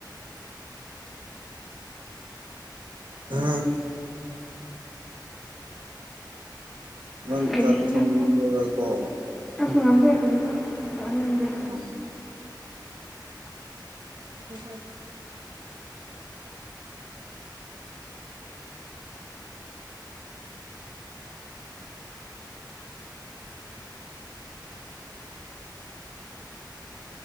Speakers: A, on the right; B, in the centre.
A: ꯍꯥ ꯅꯪ
B: ꯀꯔꯤꯅꯣ
A: ꯆꯥꯛ ꯊꯣꯡꯉꯔꯣꯏꯀꯣ
B: ꯑꯁ ꯉꯝꯗꯦ ꯀꯔꯤꯅꯣ ꯇꯥꯅꯤꯡꯗꯦ
A: ꯑ ꯗꯨ ꯍꯩ ꯃ